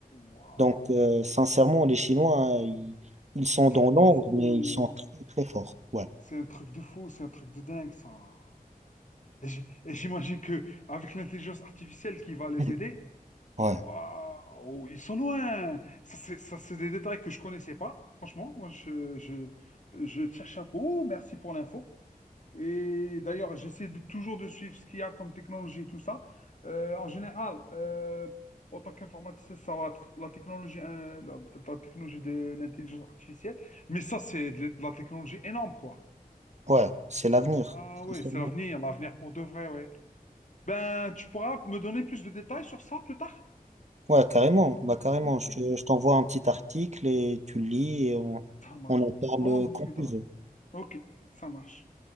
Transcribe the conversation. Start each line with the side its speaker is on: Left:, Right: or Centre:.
Left: Waouh,
Right: Donc, euh, sincèrement, les Chinois, euh, ils, ils sont
Left: c'est un truc
Right: dans l'ombre,
Left: de fou.
Right: mais ils sont très, très forts. Ouais.
Left: C'est un truc de fou, c'est un truc de dingue, ça. Et j'- et j'imagine que avec l'intelligence artificielle qui va les
Right: <laughs>
Left: aider,
Right: Ouais.
Left: waouh, ils sont loin. Ça, c'est ça, c'est des détails que je connaissais pas. Franchement, moi, je, je, je tire chapeau. Merci pour l'info. Et d'ailleurs, j'essaie de- toujours de suivre ce qu'il y a comme technologie, tout ça. Euh, en général, euh, en tant qu'informaticien, ça va être la technologie, euh, la, la technologie de l'intelligence artificielle. Mais ça, c'est de la technologie énorme, quoi.
Right: Ouais. C'est l'avenir.
Left: Ah
Right: C'est
Left: oui,
Right: ça.
Left: c'est l'avenir, l'avenir pour de vrai, oui. Ben, tu pourras me donner plus de détails sur ça plus tard?
Right: Ouais, carrément. Bah, carrément.
Left: Ok,
Right: Je te- je t'envoie un petit article et tu le lis et on,
Left: ça marche.
Right: on en parle
Left: On en discutera.
Right: quand tu veux.
Left: Ok, ça marche.